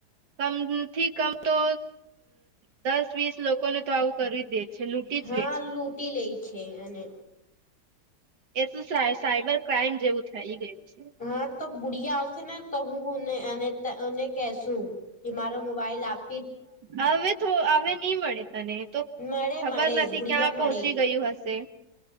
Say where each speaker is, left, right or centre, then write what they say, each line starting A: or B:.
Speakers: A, on the right; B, on the left.
A: કમ થી કમ તો દસ વીસ લોકોને તો આવું કરી દે છે લૂંટી
B: હા
A: જ લે છે
B: લૂંટી લે છે અને
A: એ તો સાયબર ક્રાઈમ જેવું થઇ ગયું છે.
B: હા તો બુઢિયા આવશે ને તો હું એને કેશું કે મારો મોબાઈલ આપ
A: હવે હવે નહી મળે તને તો
B: મળે
A: ખબર
B: મળે
A: નથી
B: બુઢિયા
A: ક્યાં
B: મળે
A: પહોંચી ગયું હશે.